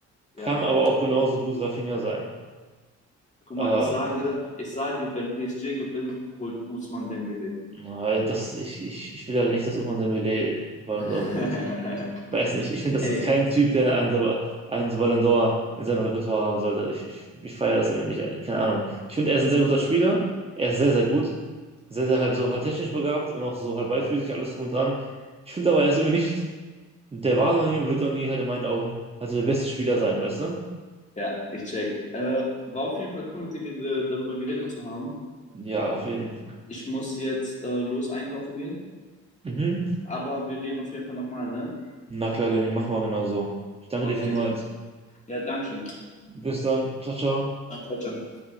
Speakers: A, on the left; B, on the right.
A: Ja.
B: Kann aber auch genauso gut Rafinha sein.
A: Guck
B: Ähm,
A: mal, ich sage, ich sage, wenn PSG gewinnt, holt Ousmane Dembélé.
B: Weil das, ich, ich, ich will halt nicht, dass Ousmane Dembélé Ballon
A: <laughs>
B: d'Or holt. Weiß nicht, ich finde, das
A: Ey,
B: ist kein Typ, der einen, so- einen so Ballon d'Or in seinem Repertoire haben sollte. Ich, ich, ich feiere das irgendwie nicht, keine Ahnung. Ich finde, er ist ein sehr guter Spieler, er ist sehr, sehr gut, sehr, sehr
A: Ja.
B: halt so halt technisch begabt und auch so halt beidfüßig, alles drum und dran. Ich finde aber, er ist irgendwie nicht, der war noch nie und wird noch nie halt in meinen Augen halt so der beste Spieler sein, weißt du?
A: ja, ich check. Äh, war auf jeden Fall cool, mit dir ger- darüber geredet zu haben.
B: Ja, auf jeden.
A: Ich muss jetzt äh, los einkaufen gehen,
B: Mhm.
A: aber wir reden auf jeden Fall nochmal, ne?
B: Na klar, Lenny, mach mal genauso. Ich danke
A: Okay.
B: dir vielmals.
A: Ja, danke schön.
B: Bis dann. Ciao, ciao.
A: Dann, ciao, ciao.